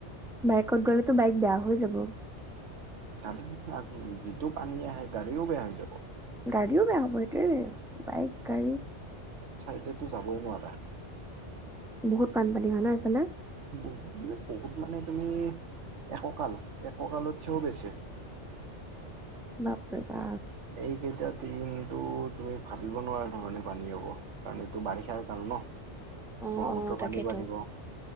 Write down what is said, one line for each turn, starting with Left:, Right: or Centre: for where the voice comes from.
Centre: বাইকত গ'লেতো বাইক বেয়া হৈ যাব।
Right: তাত তাত যিটো পানী আহে গাড়ীও বেয়া হৈ যাব।
Centre: গাড়ীও বেয়া হ'ব এইটোৱে বাইক-গাড়ী।
Right: চাইদেতো যাবই নোৱাৰা।
Centre: বহুত বানপানী হয় ন' সেইফালে?
Right: বহুত বহুত মানে তুমি এককাল এককালত চেও বেছি।
Centre: বাপৰে বা।
Right: এইকেইটা দিনমটো তুমি ভাবিব নোৱাৰা ধৰণে পানী হ'ব। কাৰণ এইটো বাৰিষা কাল ন' ব্ৰহ্মপুত্ৰ
Centre: অ অ তাকেতো
Right: পানী বাঢ়িব।